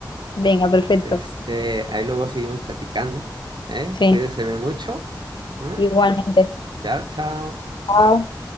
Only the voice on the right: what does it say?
Este, ahí luego seguimos platicando. ¿eh?
Cuídeseme mucho. ¿eh?
Chao, chao.